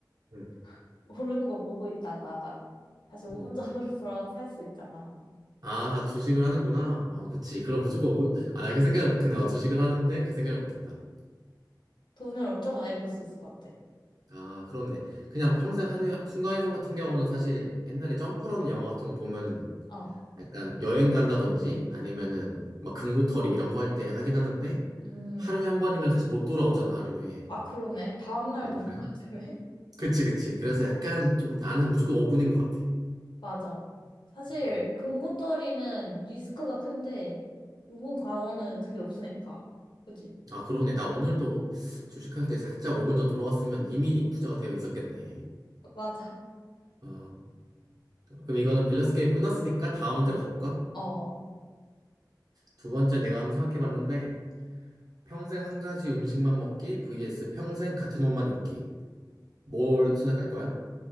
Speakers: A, on the right (about 55°); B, on the left (about 85°).
A: 음.
B: <laughs> 오르는 거 보고 있다가 다시 5분
A: 음.
B: 전으로 <laughs> 돌아가서 살 수 있잖아.
A: 아, 주식을 하는구나. 아, 그치. 그럼 무조건 5분. 아, 나 그 생각을 못했네. 어, 주식을 하는데 그 생각을 못했다.
B: 돈을 엄청 많이 벌 수 있을 것 같아.
A: 아, 그렇네. 그냥 평생 하루에 순간이동 같은 경우는 사실 옛날에 점프라는 영화 같은 거 보면은
B: 어.
A: 약간 여행 간다든지 아니면은 막 금고털이 이런 거 할 때 하긴 하는데
B: 음.
A: 하루에 한 번이면 사실 못 돌아오잖아, 하루에.
B: 아, 그러네. 다음날
A: 음,
B: 돌아가야
A: 그래.
B: 되네. <laughs>
A: 그치, 그치. 그래서 약간 좀 나는 무조건 5분인 것 같아.
B: 맞아. 사실
A: 음.
B: 금고털이는 리스크가 큰데 우분 과오는 그게 없으니까. 그지?
A: 아, 그러네. 나 오늘도 주식할 때 살짝 5분 전 돌아왔으면 이미 부자가 되어 있었겠네.
B: 맞아.
A: 어, 그럼 이거는 밸런스 게임 끝났으니까 다음
B: 음.
A: 문제로 가볼까?
B: 어.
A: 두 번째 내가 한번 생각해 봤는데 평생 한 가지 음식만 먹기 vs 평생 같은 옷만 입기. 뭘 선택할 거야?